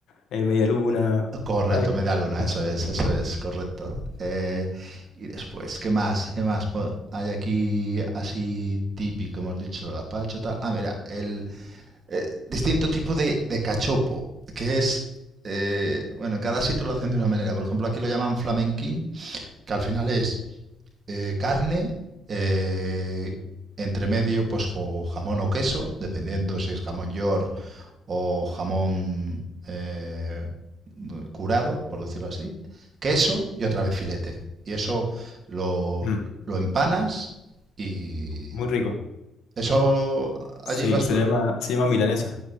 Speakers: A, on the left; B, on the right.
A: eh, media luna.
B: Correcto,
A: Ay,
B: media luna,
A: mm,
B: eso es, eso es, correcto. Eh, y después, ¿qué más? ¿Qué más po- hay aquí así típico? Hemos dicho el gazpacho, tal. Ah, mira, el eh, distinto tipo de, de cachopo, que es, eh, bueno, en cada sitio lo hacen de una manera. Por ejemplo, aquí lo llaman flamenquín, que al final es eh, carne, eh, entre medio pues jo- jamón o queso, dependiendo si es jamón york o jamón eh, curado, por decirlo así, queso y otra vez filete. Y eso lo,
A: mm,
B: lo empanas y
A: muy rico.
B: eso allí
A: Sí,
B: lo has...
A: se le llama, se llama milanesa.